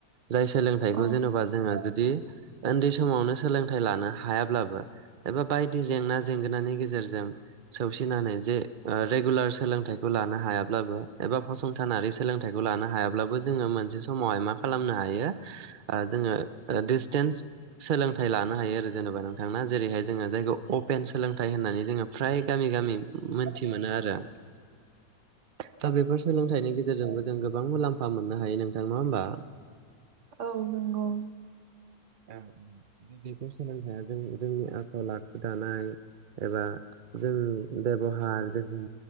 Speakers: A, on the right; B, on the right.
A: जाय सोलोंथाइखौ
B: औ
A: जेन'बा जोङो जुदि उन्दै समावनो सोलोंथाइ लानो हायाब्लाबो एबा बायदि जेंना जेंगोननि गेजेरजों सौसिनानै जे ओ रेगुलार सोलोंथाइखौ लानो हायाब्लाबो एबा फसंथानारि सोलोंथाइख खौ लानो हायाब्लाबो जोङो मोनसे समावहाय मा खालामनो हायो ओ जोङो डिसटेन्स सोलोंथाइ लानो हायो आरो जेनेबा नोंथां ना जेरैहाय जोङो जायखौ अपेन सोलोंथाइ होननानै जोङो फ्राय गामि गामि मोनथि मोनो आरो दा बेफोर सोलोंथाइनि गेजेरजोंबो जों गोबां मुलाम्फा मोननो हायो नोंथां, नङा होमबा?
B: औ नंगौ
A: औ औ बेफोर सोलोंथाया जों-जोंनि आखाव आखु दानाय एबा जोंनि बेबहार जोंनि